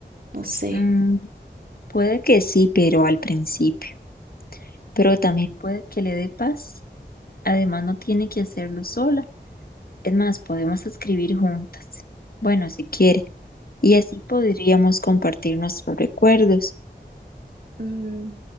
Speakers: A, on the right; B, on the left.
A: No sé.
B: Mm, puede que sí, pero al principio. Pero también puede que le dé paz. Además, no tiene que hacerlo sola. Es más, podemos escribir juntas. Bueno, si quiere. Y así podríamos compartir nuestros recuerdos.
A: Mm,